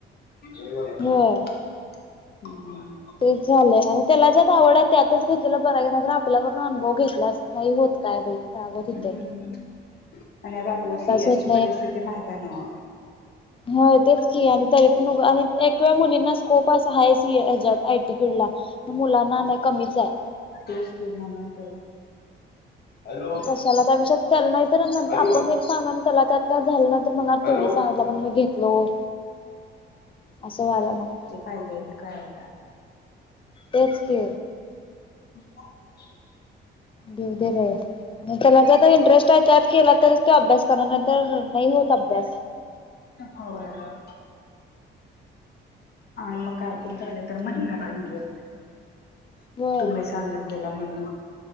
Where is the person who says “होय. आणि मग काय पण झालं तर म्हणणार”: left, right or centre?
Left